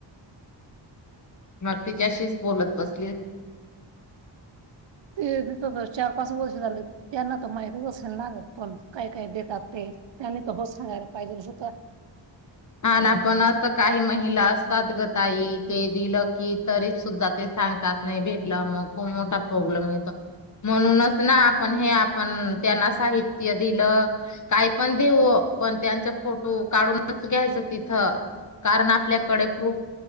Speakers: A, on the left; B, on the right.
A: मग तिच्याशीच बोलत बसत.
B: ते तथ चार पाच पाच वर्ष झाले त्यांना तर माहितच असेल नाे पण काय काय देतात ते त्यांनी तर होत सांगायला पाहिजे ना स्वतः.
A: आणि आपणच काही महिला असतात ग तई ते दिलं कि तरी सुद्धा ते सांगतात नाही भेटलं. मग खूप मोठा प्रॉब्लेम येतो म्हणूनच ना, आपण हे आपण त्यांना साहित्य दिलं काही पण देऊ पण त्यांचा फोटो काढूनच... घ्यायचं तें. कारण आपल्याकडे प्रूफ